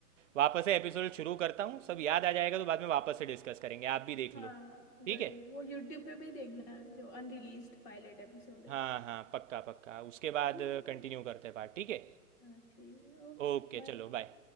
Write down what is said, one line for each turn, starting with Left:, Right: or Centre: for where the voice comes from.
Right: वापस से एपिसोड शुरू करता हूँ सब याद आ जाएगा तो बाद में वापस से डिस्कस करेंगे आप भी देख लो
Left: हाँ
Right: ठीक
Left: जरूर
Right: है
Left: वो यूट्यूब पे भी देखना जो अनरिलीज्ड पायलट एपिसोड है
Right: हाँ हाँ पक्का पक्का उसके बाद
Left: ठीक है
Right: कंटिन्यू करते हैं बात ठीक है
Left: हाँ ठीक है ओके
Right: ओके
Left: बाय
Right: चलो बाय